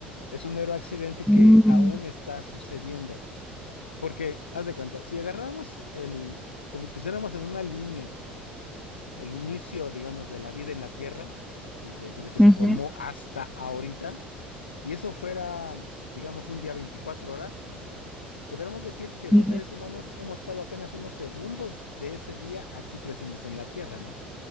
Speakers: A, on the left; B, in the centre.
A: Es un mero accidente que
B: Mm,
A: aún está sucediendo. Porque, haz de cuenta, si agarramos el, pu- pusiéramos en una línea el inicio, digamos, de la vida en la Tierra, desde, desde que
B: ujú,
A: se formó hasta ahorita, y eso fuera, digamos, un día veinticuatro horas, Podríamos decir que los
B: ujú.
A: seres humanos hemos estado apenas unos segundos de ese día aquí presentes en la Tierra, ¿no?